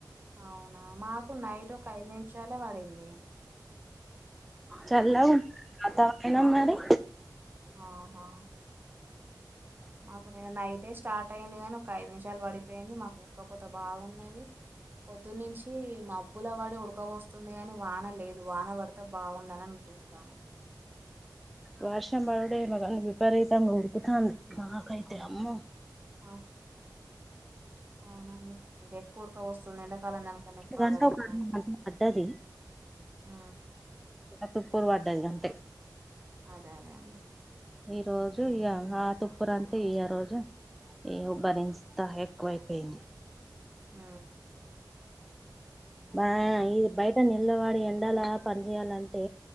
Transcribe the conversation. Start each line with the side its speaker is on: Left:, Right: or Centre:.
Right: అవునా మాకు నైట్ ఒక ఐదు నిమిషాలే వడింది
Centre: చల్లగుందా వాతావరణం మరి
Right: ఆహా మాకు నిన్న నైటేస్ స్టార్ట్ అయింది గాని ఒక ఐదు నిమిషాలు పడిపోయింది మాకు ఉక్కపోత బాగున్నది పొద్దున్నించి మబ్బుల వడి ఉడక వొస్తుంది గాని వాన లేదు వాన పడితే బాగుండు అనీ అన్ చూస్తాను
Centre: వర్షం పడుడు ఏమొ కాని విపరితంగా ఉడుకుతంది నాకైతే అమ్మొ
Right: ఆవ్ అవునండి ఇంకెక్కువ ఉడకవొస్తుంది ఎండాకాలం దానికన్నా ఎక్కువ
Centre: గంట
Right: అగడయితంది
Centre: ఒక గంట పడ్డది
Right: ఊ
Centre: ఏ తుప్పులు పడ్డది గంతే
Right: అదే అదే అండి
Centre: ఈ రోజు ఇగ ఆ తుప్పురంతే ఇయ రోజు ఏవో భరించ్తా ఎక్కువైపోయింది
Right: ఊ
Centre: బయ్ ఈ బయట నిలవడి ఎండల పని చేయాలంటే